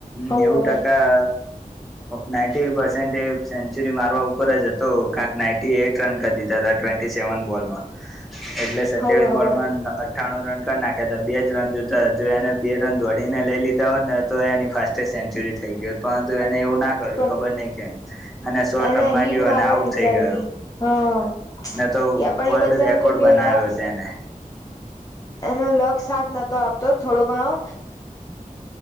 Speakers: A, on the left (about 25°); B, in the centre.
A: હોવે
B: નેવું ટકા નાઇન્ટી પર્સેન્ટ એ સેન્ચુરી મારવા ઉપર જ તો કક નાન્ટી એટ રન કરી દીધા ટવેી સેવન બોલમાં એટલે સત્યાવીસ
A: હોવે હોવે
B: બોલમાં અઠ્ણું રન કરી નાખ્યા હતા બે જ રન જોતા જો એને બે રન દોડીને લઈ લીધા હોત ને તો એની ફાસ્ટેસ્ટ ગંતુ એને એવું ના કર્યું
A: પણ
B: ખબર નહી કેમ અને સો
A: એને
B: ટ્રમમાં
A: હીટ
B: ગ
A: મારવાનું
B: આઉટ
A: વિચારી
B: થઈ ગયો
A: હા
B: ન તો
A: પણ
B: વર્લ્ડ
A: એ બચ્ચાને
B: રેકોર્ડ
A: જોકે
B: બનાવ્યો
A: લક
B: તેને
A: એનો લક્ષ શાક નતો આપતો થોડો ગણો